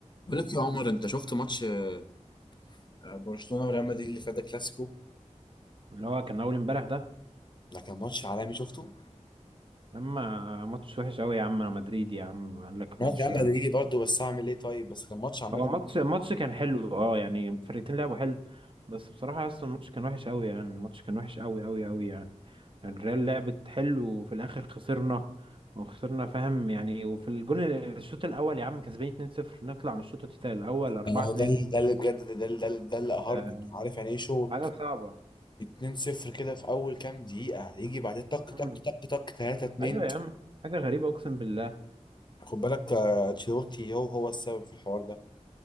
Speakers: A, on the left; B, on the right.
A: بقول لك يا عمر انت شفت ماتش آه، برشلونة وريال مدريد اللي فات ده كلاسيكو
B: اللي هو كان اول امبارح ده
A: ده كان ماتش عالمي شفته
B: اما ماتش وحش قوي يا عم انا مدريد يا عم قال لك
A: انا
B: ماتش
A: كان
B: هو
A: مدريدي برضه بس اعمل ايه طيب بس كان ماتش عامه
B: ماتش
A: ممتع
B: ماتش كان حلو اه يعني الفرقتين لعبوا حلو بس بصراحة اصلا الماتش كان وحش قوي يعني الماتش كان وحش قوي قوي قوي يعني الريال لعبت حلو وفي الاخر خسرنا وخسرنا فاهم يعني وفي الجون الشوط الاول يا عم كسبانين 2-0 نطلع من الشوط التاني الاول 4-2
A: انا هو ده اللي- ده اللي بجد ده ده اللي- ده اللي ده اللي قهرني
B: ده
A: انت عارف يعني ايه شوط
B: حاجة صعبة
A: 2-0 كده في اول كام دقيقه يجي بعدين طق
B: مم.
A: طق طق طق 3-2
B: ايوه يا عم حاجة غريبة اقسم بالله
A: خد بالك آه، انشيلوتي هو هو السبب في الحوار ده